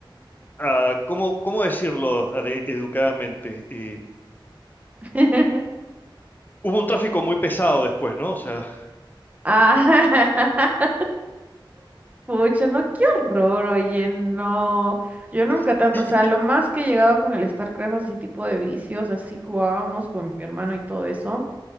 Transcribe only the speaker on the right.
<laughs>
Ah, <laughs> pucha, no, qué horror, oye, no. Yo nunca
tanto, o sea, lo más que he llegado con el StarCraft, así tipo de vicios, así jugábamos con mi hermano y todo eso.